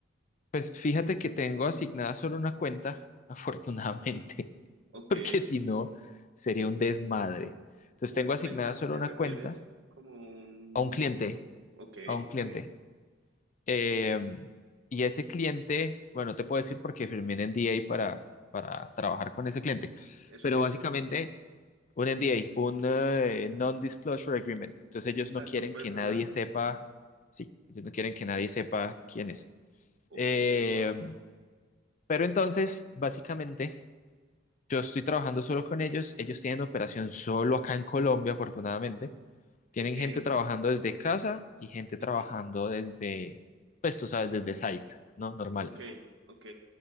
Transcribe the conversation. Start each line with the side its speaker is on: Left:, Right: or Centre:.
Left: pues fíjate que tengo asignada solo una cuenta, <laughs> afortunadamente,
Right: Ok,
Left: porque si no, sería un desmadre. Entonces
Right: una
Left: tengo
Right: cuenta
Left: asignada solo
Right: te
Left: una
Right: refieres
Left: cuenta
Right: como un,
Left: a un cliente,
Right: ok,
Left: a un cliente.
Right: ok,
Left: Eh, y ese cliente, bueno, no te puedo decir porque firmé un NDA para, para trabajar con ese cliente,
Right: ¿eso
Left: pero
Right: qué
Left: básicamente
Right: es?
Left: un NDA, un eh, Non-Disclosure Agreement. Entonces ellos
Right: O sea,
Left: no quieren
Right: no puedes
Left: que
Right: hablar.
Left: nadie sepa, sí, ellos no quieren que nadie sepa quién es.
Right: Ok,
Left: Eh,
Right: wow,
Left: pero entonces, básicamente, yo estoy trabajando solo con ellos, ellos tienen operación solo acá en Colombia, afortunadamente. Tienen
Right: ok,
Left: gente trabajando desde casa y gente trabajando
Right: ujú,
Left: desde, pues tú sabes, desde site, ¿no? Normal.
Right: Ok, ok,